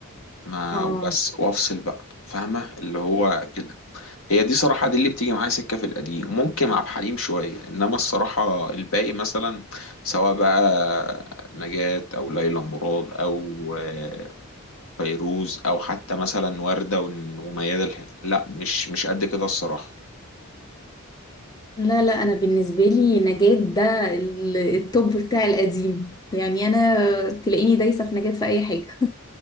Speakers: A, on the left (about 70°); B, on the left (about 15°).
A: ما
B: اه
A: وبس وافصل بقى فاهمه اللي هو كده هي دي صراحة دي اللي بتيجي معايا سكة في القديم ممكن عبد الحليم شوية إنما الصراحة الباقي مثلا سواء بقى نجاة أو ليلى مراد أو آه، فيروز أو حتى مثلا وردة ون- وميادة الحناوي لا مش مش قد كده الصراحة
B: لا لا انا بالنسبه لي نجاة ده ال- التوب بتاع القديم يعني انا تلاقيني دايسه في نجاة في اي حاجه